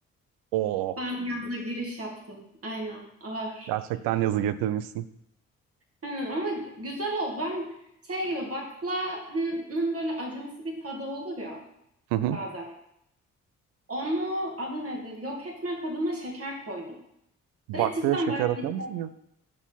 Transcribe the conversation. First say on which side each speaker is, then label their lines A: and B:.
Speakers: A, on the right; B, on the right.
A: Oo.
B: Ben yazla giriş yaptım. Aynen. Ağır.
A: Gerçekten yazı getirmişsin.
B: Aynen ama güzel oldu. Ben şey gibi baklavanın böyle acımsı bir tadı olur ya
A: Hı hı.
B: bazen. Onu adı nedir? Yok etmek adına şeker koydum.
A: Baklaya
B: Ve cidden
A: şeker
B: bayağı
A: atıyor
B: işe
A: musun ya?